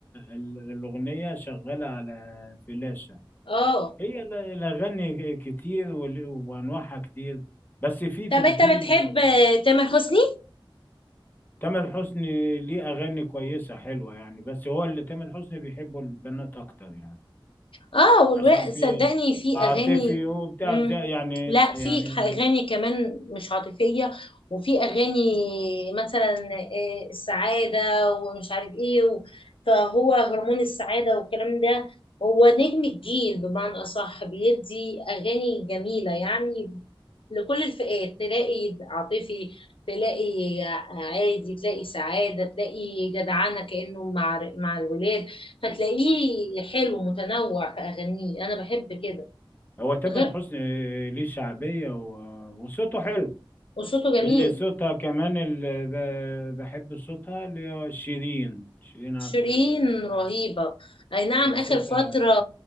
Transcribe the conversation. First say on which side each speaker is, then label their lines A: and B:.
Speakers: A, on the left; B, on the left.
A: ال- الاغنية شغالة على فلاشة
B: اه
A: هي ال- الاغاني كتير وال- وانواعها كتير بس في في
B: طب
A: الجيل
B: انت بتحب
A: ال-
B: تامر حسني
A: تامر حسني ليه اغاني كويسة حلوة يعني بس هو اللي تامر حسني بيحبه البنات اكتر يعني
B: اه والولاء
A: عشان في
B: صدقني في
A: عاطفي
B: اغاني
A: وبتاع
B: مم.
A: بتاع- يعني
B: لا
A: يعني
B: في اغاني كمان مش عاطفيه وفي اغاني مثلا آه، السعاده ومش عارف ايه و- فهو هرمون السعاده والكلام ده هو نجم الجيل بمعنى اصح بيدي اغاني جميله يعني لكل الفئات تلاقي عاطفي تلاقي عادي تلاقي سعاده تلاقي جدعانه كانه مع مع الولاد فتلاقيه حلو متنوع في أغانيه أنا بحب كده
A: هو تامر
B: غير
A: حسني ليه شعبية و- وصوته حلو
B: وصوته جميل
A: اللي صوتها كمان اللي ب- بحب صوتها اللي هو شيرين شيرين عبد
B: شيرين
A: الوهاب
B: رهيبة أي نعم
A: يعني
B: آخر
A: صوتها
B: فترة